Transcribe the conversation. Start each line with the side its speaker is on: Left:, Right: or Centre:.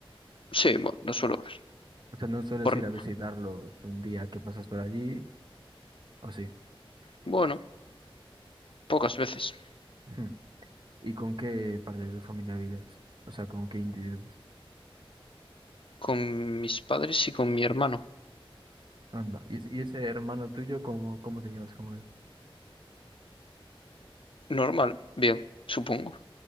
Left: sí, bueno, lo suelo ver.
Right: O sea, no sueles
Left: Por,
Right: ir a visitarlos un día que pasas por allí, ¿o sí?
Left: bueno, pocas veces.
Right: Ujú. ¿Y con qué parte de tu familia vives? O sea, ¿con qué individuos?
Left: Con mis padres y con mi hermano.
Right: Anda. ¿Y, es- y ese hermano tuyo, cómo, cómo te llevas con él?
Left: Normal, bien, supongo.